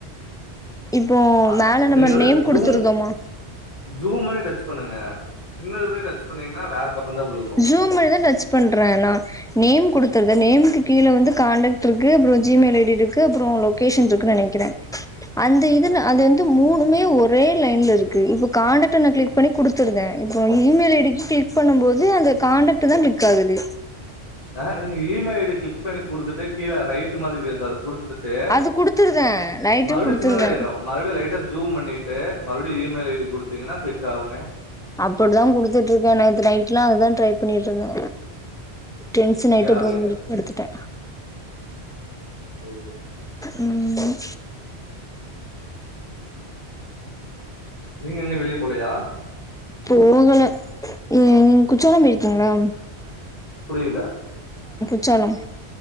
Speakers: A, in the centre; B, on the left.
A: இப்போ
B: அ
A: மேல நம்ம
B: நீங்க வந்து
A: நேம்
B: ஜூம்
A: குடுத்துருக்கமா
B: ஜூம் பண்ணி டச் பண்ணுங்க சின்னது பண்ணி டச் பண்ணீங்கன்னா வேற பக்கம் தா விழுகு
A: ஜூமதா டச் பண்றேன் நா நேம் குடுத்தர நேமு கீழ வந்து கான்டெக்ட் இருக்கு அப்றோ ஜிமெயில் ஐ டி இருக்கு அப்றோ லொகேஷன் இருக்குன்னு நெனக்குறே அந்த இது நா அது வந்து மூனுமே ஒரே லைன்ல இருக்கு இப்ப காண்டெக்ட் நா கிளிக் பண்ணி குடுத்துருந்தே இப்ப இ மெயில் ஐ டிக்கு கிளிக் பண்ணும் போது அந்த கான்டெக்ட் தா கிளிக் ஆகுது
B: ஆ நீ இ மெயில் ஐ டிய கிளிக் பண்ணி குடுத்துட்டு கீழ ரைட் மாதிரி இருக்கு அது குடுத்து
A: அது குடுத்துருதே நைட்டுன்னு
B: மறுபடியு
A: குடுத்துருதே
B: சின்னதாயிரு மறுபடியு லைட் ஜூம் பண்ணிட்டு மறுபடியு இ மெயில் ஐ டி குடுத்தீங்கனா கிளிக் ஆகுமே
A: அப்டிதா குடுத்துட்டு இருக்கே நேத்து நைட் எலா அதுதா ட்ரை பண்ணிட்டு இருந்தே டென்சன்
B: கிளிக்கே
A: ஆய்ட்டு
B: ஆகலையா
A: போய் மூடி படுத்துட்டே
B: ஓ
A: உம்
B: நீங்க எங்க வெளிய போலயா
A: போகல நீங்க குற்றாலம் போயிருக்கீங்ளா
B: புரியல
A: குற்றாலம்